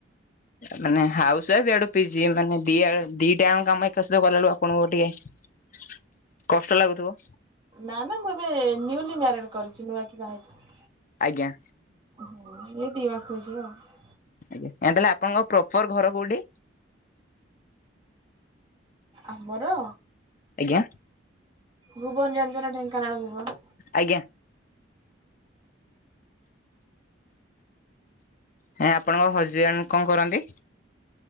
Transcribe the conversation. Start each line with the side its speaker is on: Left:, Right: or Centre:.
Left: ମାନେ ହାଉସ୍ ୱାଇଫ୍ ଆଡୁ ପିଜି ମାନେ ଦିଆଡ଼ୁ ଦିଟାଆଙ୍କ କାମ ଏକା ସହିତ କଲାଳୁ ଆପଣଙ୍କୁ ଟିକେ କଷ୍ଟ ଲାଗୁଥିବ?
Right: ନା ନା ମୁଁ ଏବେ ନ୍ୟୁଲି ମ୍ୟାରେଡ୍ କରିଛି ନୂଆ କି ବାହା ହେଇଛି।
Left: ଆଜ୍ଞା।
Right: ହଁ ଏଇ ଦି ମାସ ହେଇଯିବ ଆଉ।
Left: ଆଉ ତାହେଲେ ଆପଣଙ୍କ ପ୍ରପର ଘର କୋଉଠି?
Right: ଆମର?
Left: ଆଜ୍ଞା।
Right: ଭୁବନ୍ ଜାଣିଛ ନା ଢେଙ୍କାନାଳ ଭୁବନ୍?
Left: ଆଜ୍ଞା। ଆଞ୍ଜା ଆପଣଙ୍କ ହଜବେଣ୍ଡ୍ କଣ କରନ୍ତି?